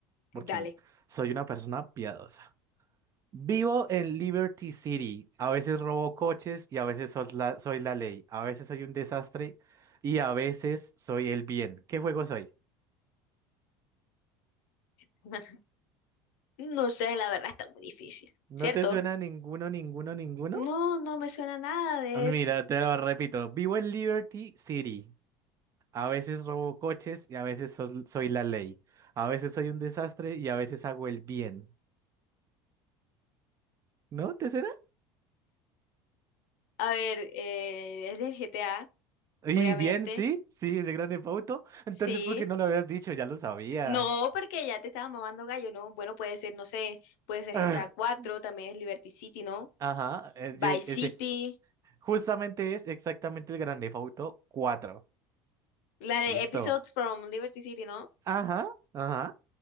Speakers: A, on the right (about 40°); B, on the left (about 75°).
A: Porque
B: Dale.
A: soy una persona piadosa. Vivo en Liberty City. A veces robo coches y a veces soy la, soy la ley. A veces soy un desastre y a veces soy el bien. ¿Qué juego soy?
B: <laughs> No sé, la verdad está muy difícil,
A: ¿No
B: ¿cierto?
A: te suena ninguno, ninguno, ninguno?
B: No, no me suena nada de
A: Mira,
B: eso.
A: te lo repito. Vivo en Liberty City. A veces robo coches y a veces sol- soy la ley. A veces soy un desastre y a veces hago el bien. ¿No te suena?
B: A ver, eh, es del GTA,
A: Y
B: obviamente.
A: bien, sí, sí, ese grande Theft Auto. Entonces,
B: Sí.
A: ¿por qué no lo habías dicho? Ya lo sabías.
B: No, porque ya te estaba mamando gallo, ¿no? Bueno, puede ser, no sé, puede ser
A: <laughs>
B: GTA 4 también es Liberty City, ¿no?
A: Ajá, es,
B: Vice
A: yo- es
B: City,
A: ex- justamente es exactamente el Grand Theft Auto 4.
B: la de
A: Listo.
B: Episodes from Liberty City, ¿no?
A: Ajá, ajá.